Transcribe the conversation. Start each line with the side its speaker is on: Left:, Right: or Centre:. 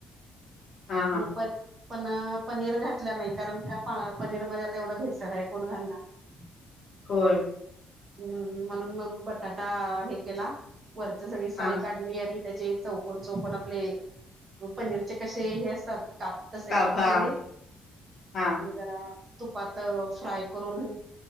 Left: हां, हां.
Right: मग प पण पनीर घातला नाही कारण का पनीर मध्ये आता एवढं भेसकय कोण घालणार. <inaudible>
Left: होय.
Right: हम्म म्हणून मग बटाटा हे केला वरच सगळी साल
Left: हां,
Right: काढ आणि त्याचे चौकन चौकन आपले पनीरचे कसे हे असतात काप. तसे
Left: काफा
Right: काप केले
Left: हां,
Right: आणि जरा तुपात फ्राय करून